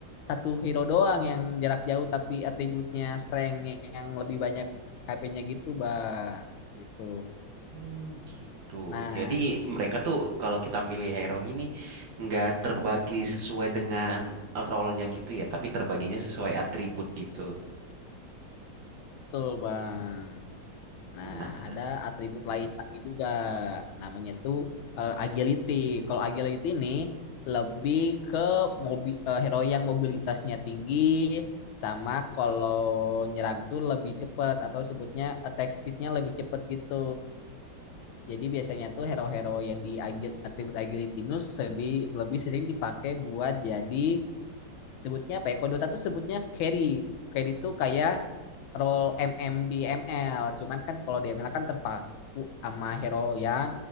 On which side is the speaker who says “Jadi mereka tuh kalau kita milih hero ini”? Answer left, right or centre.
Right